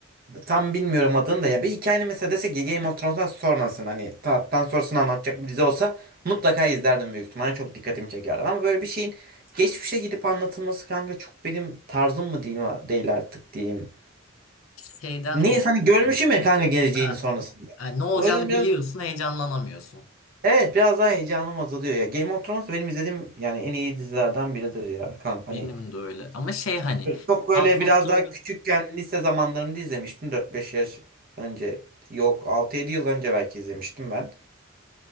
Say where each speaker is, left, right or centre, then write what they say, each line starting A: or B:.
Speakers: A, on the right; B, on the left.
A: Tam bilmiyorum adını da ya. Bir hikayenin mesela desek ki Game of Thrones'tan sonrasını hani tahttan sonrasını anlatacak bir dizi olsa mutlaka izlerdim büyük ihtimalle. Çok dikkatimi çekerdi. Ama böyle bir şeyin geçmişe gidip anlatılması kanka çok benim tarzım mı değil, değil artık diyeyim.
B: Şeyden
A: Niye
B: dolayı.
A: hani görmüşüm ya kanka geleceğini
B: Ha.
A: sonrasında.
B: yani ne olacağını
A: O yüzden biraz
B: biliyorsun, heyecanlanamıyorsun.
A: evet biraz daha heyecanım azalıyor ya. Game of Thrones benim izlediğim yani en iyi dizilerden biridir ya kanka.
B: Benim
A: Hani
B: de öyle. Ama şey hani
A: Çok böyle
B: House
A: biraz
B: of Dragons
A: daha küçükken lise zamanlarımda izlemiştim. dört beş yaş önce. Yok altı yedi yıl önce belki izlemiştim ben.